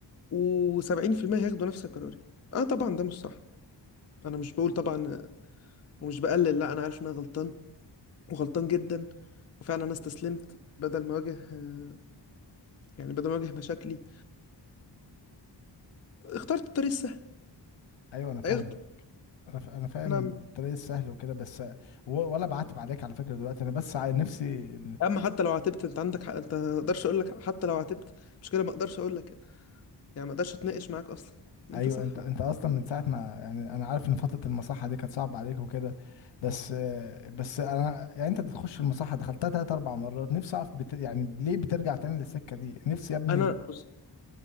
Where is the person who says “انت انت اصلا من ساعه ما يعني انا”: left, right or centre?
Left